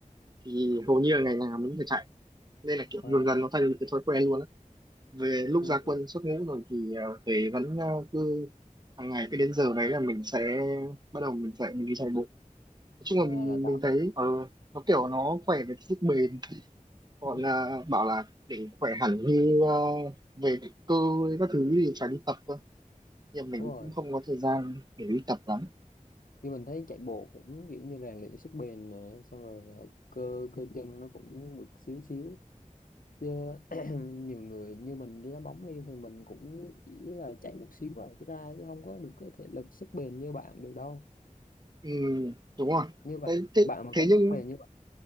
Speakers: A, on the right (about 30°); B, on the left (about 85°).
A: thì hầu như là ngày nào mình cũng phải chạy. Nên là kiểu
B: À,
A: dần dần nó thành một cái thói quen luôn á. Về lúc
B: ừ.
A: ra quân xuất ngũ rồi thì ờ, về vẫn ờ, cứ hàng ngày cứ đến giờ đấy là mình sẽ bắt đầu mình chạy mình đi chạy bộ nói chung
B: à,
A: là mình,
B: là tạo
A: mình thấy ờ, nó kiểu nó khỏe về sức bền gọi
B: ừ.
A: là bảo là để khỏe hẳn như ờ, về cơ các thứ thì phải đi tập cơ nhưng mình
B: đúng rồi
A: cũng không có thời gian để đi tập lắm
B: như mình thấy chạy bộ cũng kiểu như rèn luyện sức bền nè xong rồi là cơ cơ chân nó cũng được xíu xíu chứ <clears throat> nhiều người như mình đi đá bóng đi thì mình cũng chỉ là chạy một xíu và cái ra chứ không có được cái thể lực sức bền như bạn được đâu
A: ừ, đúng rồi
B: như bạn
A: thế, thế,
B: bạn mà
A: thế
B: có
A: nhưng
B: sức bền như